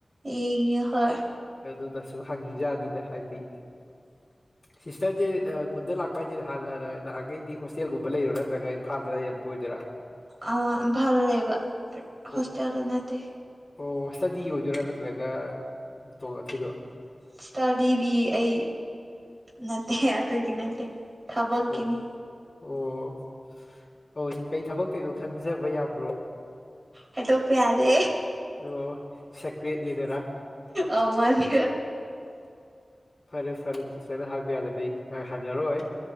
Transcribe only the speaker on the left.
ꯑꯗꯨꯅ ꯁꯨꯝ ꯍꯪꯉꯤꯖꯥꯠꯅꯤꯗ ꯍꯥꯏꯗꯤ
ꯁꯤꯁꯇꯔꯗꯤ ꯑ ꯈꯨꯟꯗ ꯂꯥꯛꯄ ꯍꯥꯏꯖꯦ ꯅꯍꯥꯟ ꯅꯍꯥꯟꯒꯩꯗꯤ ꯍꯣꯁꯇꯦꯜꯒꯨꯝꯕ ꯂꯩꯔꯣ ꯅꯠꯇ꯭ꯔꯒ ꯏꯝꯐꯥꯜꯗ ꯂꯩꯔꯝꯕ ꯑꯣꯏꯗꯣꯏꯔꯥ
ꯑꯣ
ꯑꯣ ꯏ꯭ꯁꯇꯗꯤ ꯑꯣꯏꯗꯣꯏꯔꯥ ꯅꯠꯇ꯭ꯔꯒ ꯑꯇꯣꯞꯄ ꯊꯣꯏꯗꯣꯛ
ꯑꯣ ꯑꯣ ꯑꯣ ꯀꯩ ꯊꯕꯛ ꯇꯩꯅꯣ ꯈꯪꯖꯕ ꯌꯥꯕ꯭ꯔꯣ
ꯑꯣ ꯁꯦꯀ꯭ꯔꯦꯠꯅꯤꯗꯅ
ꯐꯔꯦ ꯐꯔꯦ ꯁꯤꯁꯇꯔꯅ ꯍꯥꯏꯕ ꯌꯥꯗ꯭ꯔꯗꯤ ꯑꯩ ꯑ ꯍꯪꯉꯔꯣꯏ